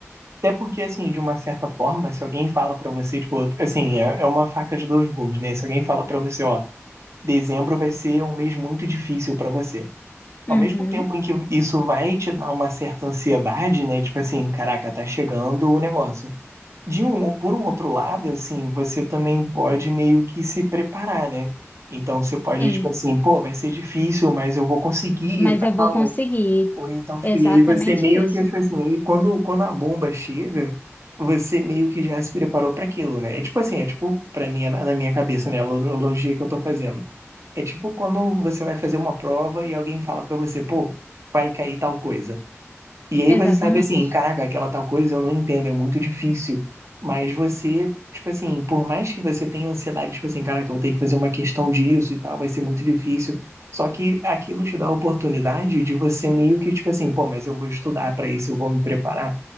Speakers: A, on the right (about 75°); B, on the left (about 35°).
A: Até porque, assim, de uma certa forma, se alguém fala pra você, tipo, assim, é é uma faca de dois gumes, né? Se alguém fala pra você, ó, dezembro vai ser um mês muito difícil pra você. ao
B: Uhum,
A: mesmo tempo em que isso vai te dar uma certa ansiedade, né? Tipo assim, caraca, tá chegando o negócio. De um, por um outro lado, assim, você também pode meio que se preparar, né? Então você pode,
B: sim,
A: tipo assim, pô, vai ser difícil, mas eu vou conseguir
B: mas
A: e tal.
B: eu vou conseguir.
A: Ou então, tipo,
B: Exatamente
A: e aí você meio
B: isso.
A: que, tipo assim, aí quando, quando a bomba chega, você meio que já se preparou para aquilo, né? É tipo assim, é tipo, pra mim, na na minha cabeça, né? A analogia que eu tô fazendo. É tipo quando você vai fazer uma prova e alguém fala pra você, pô, vai cair tal coisa. E aí
B: Exatamente.
A: você sabe assim, caraca, aquela tal coisa eu não entendo, é muito difícil. Mas você, tipo assim, por mais que você tenha ansiedade, tipo assim, caraca, eu vou ter que fazer uma questão disso e tal, vai ser muito difícil. Só que aquilo te dá a oportunidade de você meio que, tipo assim, pô, mas eu vou estudar pra isso, eu vou me preparar.